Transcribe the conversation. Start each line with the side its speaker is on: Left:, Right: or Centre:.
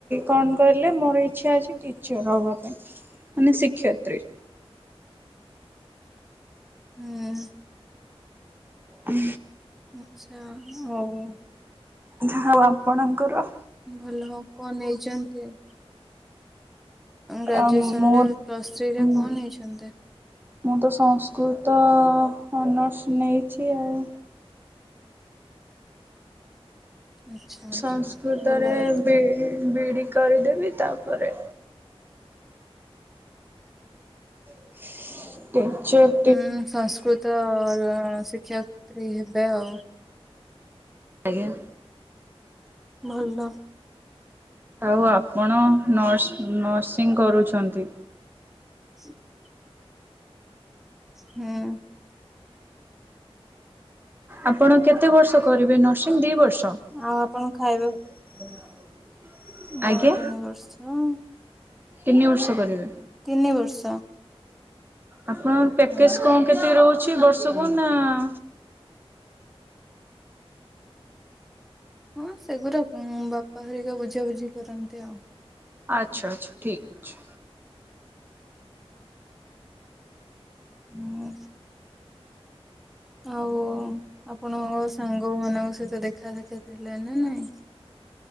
Right: କଣ କହିଲେ ମୋର ଇଛା ଅଛି ଟିଚର ହବା ପାଇଁ ମାନେ ଶିକ୍ଷୟତ୍ରୀ।
Centre: ହୁଁ।
Right: ହୁଁ।
Centre: ଆଚ୍ଛା ଆଉ
Right: ଯାହାଉ ଆପଣଙ୍କର
Centre: ଭଲ କଣ ନେଇଛନ୍ତି ଆଉ ଗ୍ରାଜୁଏସନ
Right: ଆ ମୁଁ
Centre: ରେ ପ୍ଲସ୍ ଥ୍ରୀରେ
Right: ହୁଁ
Centre: କଣ ନେଇଛନ୍ତି?
Right: ମୁଁ ତ ସଂସ୍କୃତ ଅନର୍ସ ନେଇଚି ଆଉ।
Centre: ଆଚ୍ଛା ଆଚ୍ଛା
Right: ସଂସ୍କୃତରେ
Centre: ଭଲ କଥା।
Right: ବି ବି ଇ ଡି କରିଦେବି ତାପରେ ହ କେଞ୍ଚ
Centre: ହୁଁ ସଂସ୍କୃତ ଶିକ୍ଷୟତ୍ରୀ ହେବେ ଆଉ।
Right: ଆଜ୍ଞା।
Centre: ଭଲ।
Right: ଆଉ ଆପଣ ନର୍ସ ନର୍ସିଂ କରୁଛନ୍ତି?
Centre: <unintelligible> ହୁଁ
Right: ଆପଣ କେତେ ବର୍ଷ କରିବେ ନର୍ସିଂ ଦି ବର୍ଷ?
Centre: ଆଉ ଆପଣ ଖାଇବା
Right: <unintelligible>
Centre: ନାଇଁ
Right: ଆଜ୍ଞା
Centre: ତିନି ବର୍ଷ ଅ।
Right: ତିନି ବର୍ଷ କରିବେ?
Centre: ତିନି ବର୍ଷ।
Right: ଆପଣଙ୍କ ପ୍ୟାକେଜ
Centre: ହଁ।
Right: କଣ କେତେ ରହୁଛି ବର୍ଷକୁ ନା ଆ
Centre: ହଁ ସେଗୁରା ବାପା ଘରିକା ବୁଝାବୁଝି କରନ୍ତି ଆଉ।
Right: ଆଚ୍ଛା ଆଚ୍ଛା ଠିକ୍ ଅଛି।
Centre: ହୁଁ ଆଉ ଆପଣଙ୍କ ସାଙ୍ଗ ମାନଙ୍କ ସହିତ ଦେଖା ସାକ୍ଷାତ ହେଲାଣି ନା ନାଇଁ।